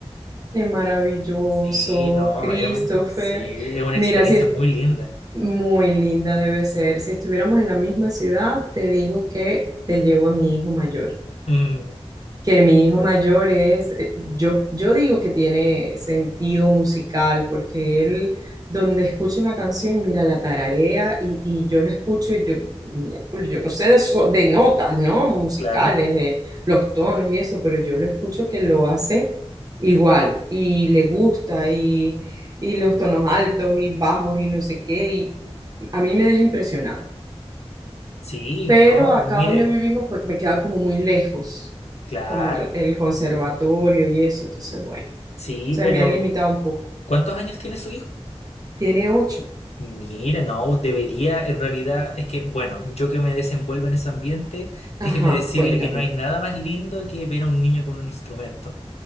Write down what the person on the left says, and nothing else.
Sí, no,
es un- sí, es una
experiencia
muy linda.
Mm,
claro.
Sí,
no,
mire,
claro.
Sí,
pero
¿cuántos años tiene su hijo?
Mire, no, debería, en realidad, es que, bueno, yo que me desenvuelvo en ese ambiente,
déjeme decirle
que no hay nada más lindo que ver a un niño con un instrumento.